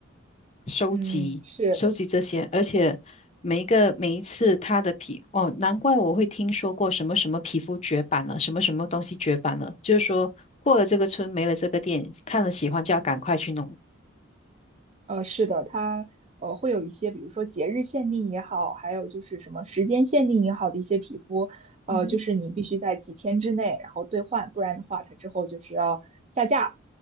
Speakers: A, on the left (about 30°); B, on the right (about 30°).
A: 收集、
B: 嗯，是。
A: 收集这些，而且每一个每一次他的皮，哦，难怪我会听说过什么什么皮肤绝版了，什么什么东西绝版了，就是说过了这个村没了这个店，看了喜欢就要赶快去弄。
B: 呃，是的，它呃会有一些，比如说节日限定也好，还有就是什么时间限定也好的一些皮肤，呃，
A: 嗯哼，
B: 就是你必须在几天之内然后兑换，不然的话它之后就是要下架。